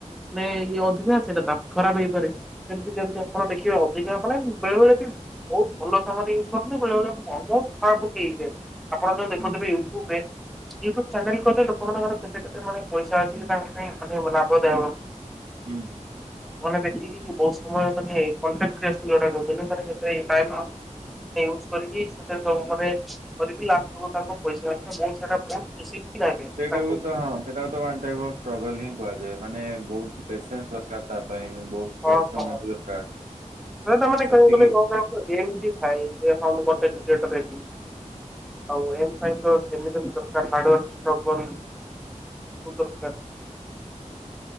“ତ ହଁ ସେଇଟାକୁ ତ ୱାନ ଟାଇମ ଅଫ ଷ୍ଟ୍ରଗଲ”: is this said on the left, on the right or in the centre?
Right